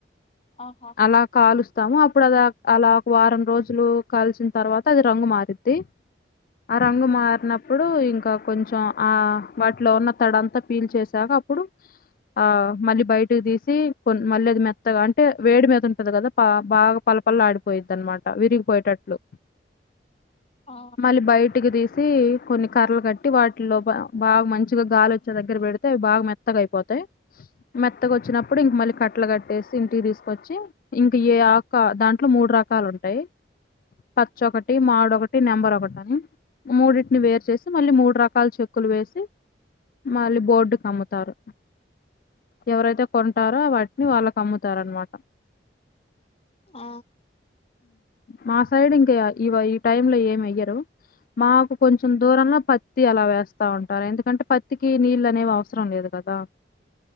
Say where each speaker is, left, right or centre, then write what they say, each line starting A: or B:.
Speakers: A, on the left; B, on the left.
A: ఆహా
B: అలా కాలుస్త తాము ఇప్పుడు అద అలా ఒక వారం రోజులు కాల్చిన తర్వాత అది రంగు మారిద్ది ఆ రంగు మారినప్పుడు ఇంకా ఇకా కొంచెం ఆ వాటిలో ఉన్న తడంతా ఫీల్ చేసాక అప్పుడు ఆ మళ్ళీ బయటికి తీసి కొ మళ్ళీ అది మెత్తగా అంటే వేడి మీద ఉంటది కదా బాగా పలపళ ఆడిపోయిద్ది అన్నమాట విరిగిపోయేటట్టు
A: ఆ
B: మళ్ళీ బయటికి తీసి కొన్ని కర్రలు కట్టి వాటిలో బాగా మంచిగా గాలి వచ్చే దగ్గర పెడితే అవి బాగా మెత్తగా అయిపోతాయి మెత్తగా వచ్చినప్పుడు ఇంక మళ్ళీ కట్టలు కట్టేసి ఇంటికి తీసుకొచ్చి ఇంక ఆకు ఒక దాంట్లో మూడు రకాలు ఉంటాయి పచ్చ ఒకటి మాడ ఒకటి నెంబర్ ఒకటి మూడింటిని వేరు చేేసి మళ్ళీ మూడు రకాల చెక్కులు వేసి మళ్ళీ బోర్డు క అమ్ముతారు ఎవరైతే కొంటారో వాటిని వాళ్ళకు అమ్ముత అమ్ముతారు అనమాట
A: ఆ
B: మా సైడ్ ఇంకా ఇ ఈ టైంలో లో ఉ ఉ మా సైడ్ ఇంకా ఈ టైం లో ఏమి వేయ్యరు మాకు కొంచెం దూరంలో పత్తి అలా వేస్తా ఉంటారు ఎందుకంటే పత్తికి నీళ్ళ అనేవి అవసరం లేదు కదా